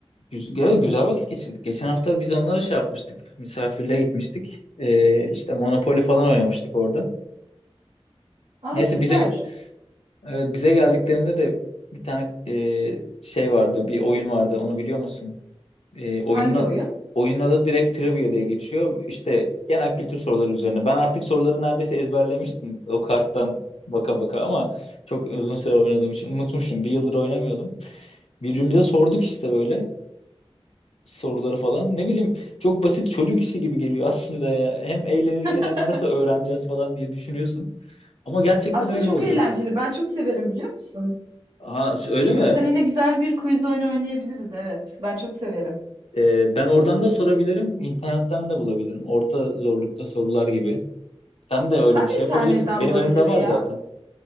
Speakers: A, on the left; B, on the right.
A: güz- evet, güzel vakit geçirdik. Geçen hafta biz onlara şey yapmıştık. Misafirliğe gitmiştik. Ee, işte Monopoly falan oynamıştık orada.
B: Aa,
A: Neyse
B: süper.
A: bize Evet bize geldiklerinde de bir tane e, şey vardı, bir oyun vardı. Onu biliyor musun? E, oyunun
B: Hangi oyun?
A: oyunun adı direkt trivia diye geçiyor. İşte genel kültür soruları üzerine. Ben artık soruları neredeyse ezberlemiştim o karttan baka baka ama çok uzun süre oynadığım için unutmuşum. Bir yıldır oynamıyordum. Birbirimize sorduk işte böyle soruları falan. Ne bileyim çok basit çocuk işi gibi geliyor aslında ya. Hem eğlenirken
B: <laughs>
A: hem nasıl öğreneceğiz falan diye düşünüyorsun. Ama gerçekten
B: Aslında
A: öyle
B: çok
A: oldu.
B: eğlenceli. Ben çok severim biliyor musun?
A: Ha öyle
B: Şimdi
A: mi?
B: seninle güzel bir quiz oyunu oynayabiliriz. Evet, ben çok severim.
A: Ee, ben oradan da sorabilirim, internetten de bulabilirim. Orta zorlukta sorular gibi. Sen de öyle
B: Ben
A: bir
B: de
A: şey
B: internetten
A: yapabilirsin. Benim
B: bulabilirim
A: önümde var
B: ya.
A: zaten.